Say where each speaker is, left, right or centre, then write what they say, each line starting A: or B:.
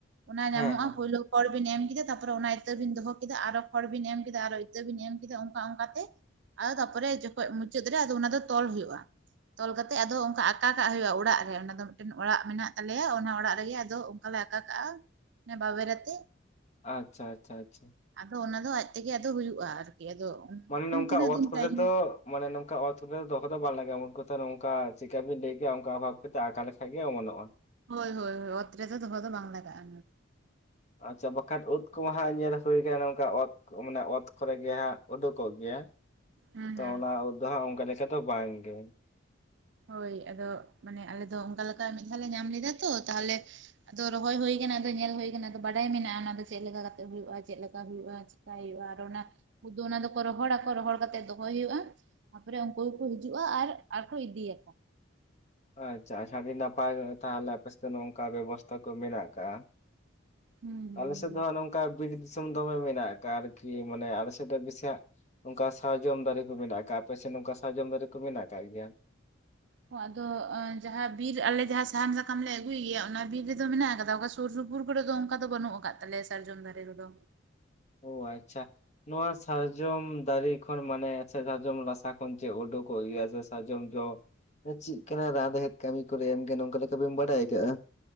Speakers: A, on the right (about 60°); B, on the left (about 35°).
A: ᱚᱱᱟ ᱧᱟᱢᱚᱜ-ᱟ
B: ᱦᱮᱸ ᱦᱮᱸ ᱦᱮᱸ
A: ᱯᱳᱭᱞᱳ ᱠᱷᱚᱲ ᱵᱤᱱ ᱮᱢ ᱠᱮᱫᱟ ᱛᱟᱨᱯᱚᱨᱮ ᱚᱱᱟ ᱤᱛᱟᱹ ᱵᱤᱱ ᱫᱚᱦᱚ ᱟᱨᱚ ᱠᱷᱚᱲ ᱵᱤᱱ ᱮᱢ ᱠᱮᱫᱟ ᱟᱨᱚ ᱤᱛᱟᱹ ᱵᱤᱱ ᱮᱢ ᱠᱮᱫᱟ ᱚᱱᱠᱟ ᱚᱱᱠᱟᱛᱮ ᱟᱫᱚ ᱛᱟᱯᱚᱨᱮ ᱡᱚᱠᱷᱚᱱ ᱢᱩᱪᱟᱹᱫ ᱨᱮ ᱟᱫᱚ ᱚᱱᱟ ᱫᱚ ᱛᱚᱞ ᱦᱩᱭᱩᱜ-ᱟ ᱛᱚᱞ ᱠᱟᱛᱮ ᱟᱫᱚ ᱚᱱᱠᱟ ᱟᱠᱟ ᱠᱟᱜ ᱦᱩᱭᱩᱜ-ᱟ ᱚᱲᱟᱜ ᱨᱮ ᱚᱱᱟ ᱫᱚ ᱢᱤᱫᱴᱮᱱ ᱚᱲᱟᱜ ᱢᱮᱱᱟᱜ ᱛᱟᱞᱮᱭᱟ ᱚᱱᱟ ᱚᱲᱟᱜ ᱨᱮᱜᱮ ᱟᱫᱚ ᱚᱱᱠᱟ ᱞᱮ ᱟᱠᱟ ᱠᱟᱜ-ᱟ᱾ ᱵᱟᱵᱮᱨ ᱟᱛᱮᱡ᱾
B: ᱟᱪᱪᱷᱟ ᱟᱪᱪᱷᱟ ᱟᱪᱪᱷᱟ᱾
A: ᱟᱫᱚ ᱚᱱᱟ ᱫᱚ ᱟᱡ ᱛᱮᱜᱮ ᱟᱫᱚ ᱦᱩᱭᱩᱜ-ᱟ ᱟᱨᱠᱤ ᱟᱫᱚ
B: ᱢᱟᱱᱮ ᱱᱚᱝᱠᱟ
A: ᱛᱤᱱᱟᱹᱜ
B: ᱚᱛ
A: ᱫᱤᱱ
B: ᱠᱚᱨᱮ
A: ᱴᱟᱭᱤᱢ
B: ᱫᱚ ᱢᱟᱱᱮ ᱱᱚᱝᱠᱟ ᱚᱛᱵ ᱫᱚᱦᱚ ᱫᱚ ᱵᱟᱝ ᱞᱟᱜᱟᱜ-ᱟ ᱩᱱ ᱠᱟᱛᱷᱟ ᱱᱚᱝᱠᱟ ᱪᱮᱠᱟ ᱵᱤᱱ ᱞᱟᱹᱭ ᱠᱮᱭᱟ ᱚᱱᱠᱟ ᱚᱷᱟᱵ ᱠᱟᱛᱮ ᱟᱠᱟ ᱞᱮᱠᱷᱟᱡ ᱜᱮ ᱚᱢᱚᱱᱚᱜ-ᱟ᱾
A: ᱦᱳᱭ ᱦᱳᱭ ᱚᱛ ᱨᱮᱫᱚ ᱫᱚ ᱵᱟᱝ ᱞᱟᱜᱟᱜ-ᱟ᱾
B: ᱟᱪᱪᱷᱟ ᱵᱟᱠᱷᱟᱱ ᱩᱫᱽ ᱠᱚᱢᱟ ᱦᱟᱜ ᱧᱮᱞ ᱦᱩᱭᱩ ᱠᱟᱱᱟ ᱱᱚᱝᱠᱟ ᱚᱛ ᱢᱟᱱᱮ ᱚᱛ ᱠᱚᱨᱮ ᱜᱮ ᱦᱟᱸᱜ ᱩᱰᱩᱠᱚᱜ ᱜᱮᱭᱟ᱾
A: ᱦᱩᱸ
B: ᱛᱚ
A: ᱦᱩᱸ
B: ᱚᱱᱟ ᱩᱫᱽ ᱫᱚ ᱦᱟᱸᱜ ᱚᱱᱠᱟ ᱞᱮᱠᱟ ᱫᱚ ᱵᱟᱝᱜᱮ᱾
A: ᱦᱳᱭ ᱟᱫᱚ ᱢᱟᱱᱮ ᱟᱞᱮ ᱫᱚ ᱚᱱᱠᱟ ᱞᱮᱠᱟ ᱢᱤᱫ ᱫᱷᱟᱣ ᱞᱮ ᱧᱟᱢ ᱞᱮᱫᱟ ᱛᱚ ᱛᱟᱦᱚᱞᱮ ᱟᱫᱚ ᱨᱚᱦᱚᱭ ᱦᱩᱭ ᱟᱠᱟᱱᱟ ᱟᱫᱚ ᱧᱮᱞ ᱦᱩᱭ ᱠᱟᱱᱟ ᱟᱫᱚ ᱵᱟᱰᱟᱭ ᱢᱮᱱᱟᱜ-ᱟ ᱚᱱᱟᱫᱚ ᱪᱮᱫ ᱠᱟᱛᱮᱜ ᱦᱩᱭᱩᱜ-ᱟ ᱪᱮᱫᱞᱮᱠᱟ ᱦᱩᱭᱩᱜ-ᱟ᱾ ᱪᱮᱠᱟᱭ ᱦᱩᱭᱩᱜ-ᱟ ᱟᱨ ᱚᱱᱟ ᱩᱫ ᱚᱱᱟ ᱫᱚᱠᱚ ᱨᱚᱦᱚᱲᱟᱠᱚ ᱨᱚᱦᱚᱲ ᱠᱟᱛᱮ ᱫᱚᱦᱚᱭ ᱦᱩᱭᱩᱜ-ᱟ᱾ ᱛᱟᱨᱯᱚᱨᱮ ᱩᱱᱠᱩ ᱜᱮᱠᱚ ᱦᱤᱡᱩᱜᱼᱟ ᱟᱨ ᱟᱨ ᱠᱚ ᱤᱫᱤᱭᱟᱠᱚ ᱾
B: ᱟᱪᱪᱷᱟ ᱟᱪᱪᱷᱟ ᱟᱹᱰᱤ ᱱᱟᱯᱟᱭ ᱛᱟᱦᱚᱞᱮ ᱟᱯᱮ ᱥᱮᱫ ᱫᱚ ᱱᱚᱝᱠᱟ ᱵᱮᱵᱚᱥᱛᱟ ᱠᱚ ᱢᱮᱱᱟᱜ ᱟᱠᱟᱜᱼᱟ ᱾
A: ᱦᱩᱸ
B: ᱟᱞᱮ
A: ᱦᱩᱸ
B: ᱥᱮᱫ
A: ᱦᱩᱸ
B: ᱫᱚ ᱦᱟᱸᱜ ᱱᱚᱝᱠᱟ ᱵᱤᱨ ᱫᱤᱥᱚᱢ ᱫᱚᱢᱮ ᱢᱮᱱᱟᱜ ᱟᱠᱟᱫᱼᱟ ᱟᱨᱠᱤ ᱢᱟᱱᱮ ᱟᱞᱮ ᱥᱮᱫ ᱫᱚ ᱵᱮᱥᱤ ᱦᱟᱸᱜ ᱚᱱᱠᱟ ᱥᱟᱨᱡᱚᱢ ᱫᱟᱨᱮ ᱠᱚ ᱢᱮᱱᱟᱜ ᱟᱠᱟᱜᱼᱟ ᱟᱯᱮ ᱥᱮᱫ ᱚᱱᱠᱟ ᱥᱟᱨᱡᱚᱢ ᱫᱟᱨᱮ ᱠᱚ ᱢᱮᱱᱟᱜ ᱠᱟᱜ ᱜᱮᱭᱟ?
A: ᱦᱚᱸ ᱟᱫᱚ ᱡᱟᱦᱟᱸ ᱵᱤᱨ ᱟᱞᱮ ᱡᱟᱦᱟᱸ ᱥᱟᱦᱟᱱ ᱥᱟᱠᱟᱢ ᱞᱮ ᱟᱹᱜᱩᱭ ᱜᱮᱭᱟ ᱚᱱᱟ ᱵᱤᱨ ᱨᱮᱫᱚ ᱢᱮᱱᱟᱜ ᱟᱠᱟᱫᱟ ᱚᱠᱟ ᱥᱩᱨ ᱥᱩᱯᱩᱨ ᱠᱚᱨᱮ ᱫᱚ ᱚᱱᱠᱟ ᱫᱚ ᱵᱟᱱᱩ ᱠᱟᱫ ᱛᱟᱞᱮᱭᱟ ᱥᱟᱨᱡᱚᱢ ᱫᱟᱨᱮ ᱠᱚᱫᱚ ᱾
B: ᱚᱳ ᱟᱪᱪᱷᱟ ᱾ ᱱᱚᱣᱟ ᱥᱟᱨᱡᱚᱢ ᱫᱟᱨᱮ ᱠᱷᱚᱱ ᱢᱟᱱᱮ ᱥᱟᱨᱡᱚᱢ ᱨᱟᱥᱟ ᱠᱷᱚᱱ ᱪᱮ ᱳᱰᱳᱠᱚᱜ ᱜᱮᱭᱟ ᱥᱮ ᱥᱟᱨᱡᱚᱢ ᱡᱚ ᱪᱮᱫ ᱠᱟᱱᱟ ᱨᱟᱱ ᱨᱮᱦᱮᱫ ᱠᱟᱹᱢᱤ ᱠᱚᱨᱮ ᱮᱢ ᱜᱟᱱᱚ ᱱᱚᱝᱠᱟ ᱞᱮᱠᱟ ᱵᱤᱱ ᱵᱟᱲᱟᱭ ᱟᱠᱟᱜᱼᱟ᱾